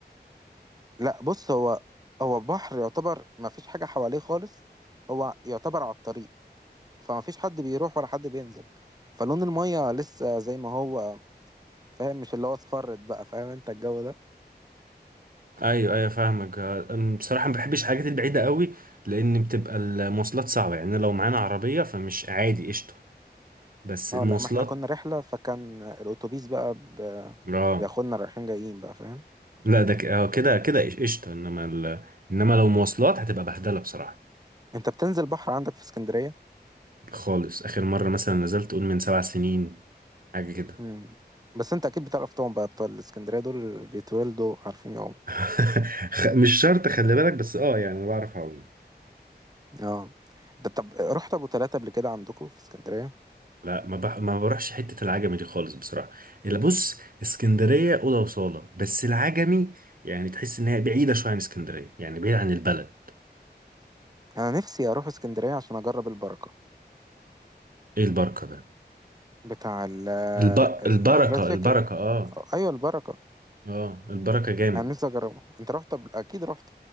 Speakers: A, on the right; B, on the right.
A: لا بص هو هو بحر يعتبر ما فيش حاجة حواليه خالص هو يعتبر على الطريق فما فيش حد بيروح ولا حد بينزل فلون المية لسه زي ما هو فاهم مش اللي هو اصفرت بقى فاهم انت الجو ده
B: ايوه ايوه فاهمك آه، أنا بصراحه ما بحبش الحاجات البعيده قوي لان بتبقى المواصلات صعبه يعني لو معانا عربيه فمش عادي قشطه بس
A: اه
B: المواصلات
A: لا ما احنا كنا رحلة فكان الاتوبيس بقى ب...
B: اه
A: بياخدنا رايحين جايين بقى فاهم
B: لا ده ك- آه، كده كده قش- قشطه انما ال... انما لو مواصلات هتبقى بهدله بصراحه
A: انت بتنزل بحر عندك في اسكندرية
B: خالص اخر مره مثلا نزلت قول من سبع سنين حاجه كده
A: مم. بس انت اكيد بتعرف طبعا بقى بتوع الاسكندرية دول بيتولدوا عارفين يعوموا
B: <laughs> خ- مش شرط خلي بالك بس اه يعني انا بعرف اعوم
A: اه ده طب رحت ابو تلاتة قبل كده عندكم في اسكندرية
B: لا ما, بح... ما بروحش حتة العجمي دي خالص بصراحة اللي بص اسكندرية أوضة وصالة بس العجمي يعني تحس إن هي بعيدة شوية عن اسكندرية يعني بعيدة عن البلد
A: انا نفسي اروح اسكندريه عشان اجرب البركه
B: إيه البركة ده
A: بتاع ال
B: الب...
A: الفرايد
B: البركة
A: تشيكن
B: البركة آه
A: ايوه البركه
B: آه البركة جامد
A: يعني نفسي اجربه انت رحت قبل- اكيد رحت